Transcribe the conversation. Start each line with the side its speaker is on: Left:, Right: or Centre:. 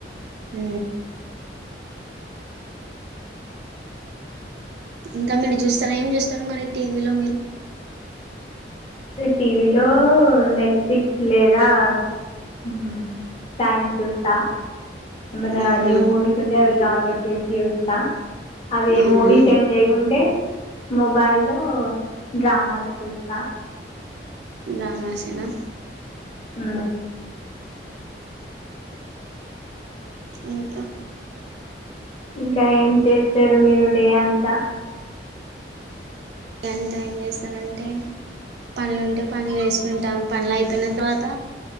Right: ఊ ఇంకా మీరు చూస్తారా ఏం చూస్తారు మరి టీవీలో మీరు
Left: టీవీలో నెట్ఫ్లిక్స్ లేదా ఉహు టైమ్ చూస్తా ఏమన
Right: అవునా
Left: న్యూ మూవీస్ ఉంటే అవి డౌన్లోడ్ చేసి చూస్తా అవి ఏ
Right: అవునా
Left: మూవీస్ ఏం లేకుంటే మొబైల్లో డ్రామాస్ చూస్తా
Right: డ్రామాస్ ఏనా
Left: ఆ
Right: ఇంకా
Left: ఇంకా ఏం చేస్తారు మీరు డే అంతా
Right: డే అంతా ఏం చేస్తానంటే పనులు ఉంటే పనులు వేసుకుంటాం పనులు అయిపోయిన తర్వాత